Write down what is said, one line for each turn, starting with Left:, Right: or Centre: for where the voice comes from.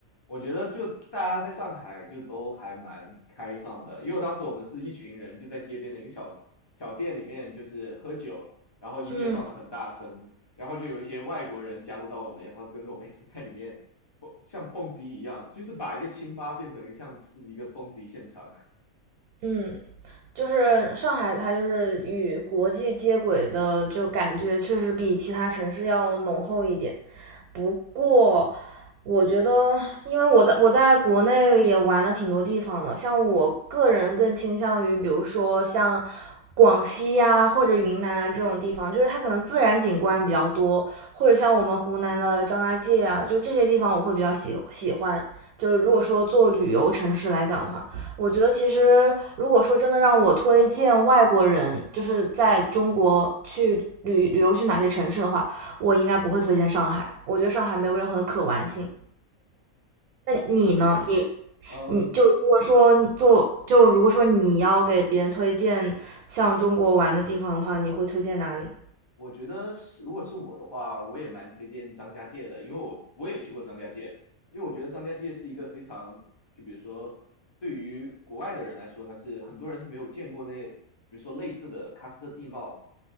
Left: 我觉得就大家在上海就都还蛮开放的，因为当时我们是一群人就在街边的一个小小店里面就是喝酒，然后音乐放的很大声，
Right: 嗯
Left: 然后就有一些外国人加入到我们，然后跟着我们一起在里面蹦，像蹦迪一样，就是把一个清吧变成了像是一个蹦迪现场，
Right: 嗯。就是上海，它就是与国际接轨的，就感觉确实比其他城市要浓厚一点。不过，我觉得，因为我在我在国内也玩了挺多地方的，像我个人更倾向于，比如说像广西呀、或者云南啊这种地方，就是它可能自然景观比较多，或者像我们湖南的张家界啊，就这些地方我会比较喜喜欢。就是如果说做旅游城市来讲的话，我觉得其实如果说真的让我推荐外国人，就是在中国去旅旅游去哪些城市的话，我应该不会推荐上海。我觉得上海没有任何的可玩性。那你呢？
Left: 但是很多。嗯，
Right: 你就如果说做就如果说你要给别人推荐像中国玩的地方的话，你会推荐哪里？
Left: 我觉得是，如果是我的话，我也蛮推荐张家界的，因为我我也去过张家界，因为我觉得张家界是一个非常，就比如说对于国外的人来说，他是很多人是没有见过那，比如说类似的喀斯特地貌，